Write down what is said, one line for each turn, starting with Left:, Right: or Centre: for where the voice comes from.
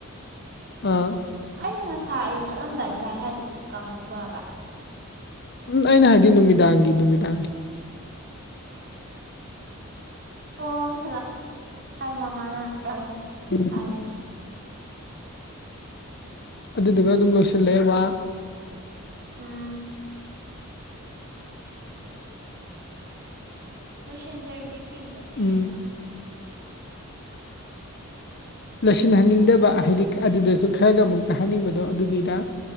Left: ꯑꯥ ꯎꯝ
Right: ꯑꯩ ꯉꯁꯥ ꯑꯌꯨꯛ ꯆꯠꯂꯝꯗꯥꯏ ꯆꯥꯏ ꯍꯥꯏꯗꯨꯗꯤ ꯀꯥꯡꯪꯍꯧꯗ꯭ꯔꯒ
Left: ꯎꯝ ꯑꯩꯅ ꯍꯥꯏꯗꯤ ꯅꯨꯃꯤꯗꯥꯡꯒꯤ ꯅꯨꯃꯤꯗꯥꯡꯒꯤ
Right: ꯑꯣ ꯁꯤꯗ ꯂ ꯃꯃꯥꯅ ꯌꯥꯔꯦ
Left: ꯎꯝ
Right: ꯐꯔꯦ ꯊꯨꯝ
Left: ꯑꯗꯨꯗꯨꯒ ꯑꯗꯨꯝ ꯂꯣꯏꯁꯤꯜꯂꯦ ꯋꯥ
Right: ꯎꯝ ꯔꯁꯟ ꯔꯔꯗꯤ ꯀꯩꯅꯅꯦ
Left: ꯎꯝ ꯂꯣꯏꯁꯤꯟꯍꯟꯅꯤꯡꯗꯕ ꯍꯥꯏꯗꯤ ꯑꯗꯨꯗꯁꯨ ꯈꯔꯒ ꯑꯃꯨꯛ ꯆꯥꯍꯟꯅꯤꯡꯕꯗꯣ ꯑꯗꯨꯅꯤꯗ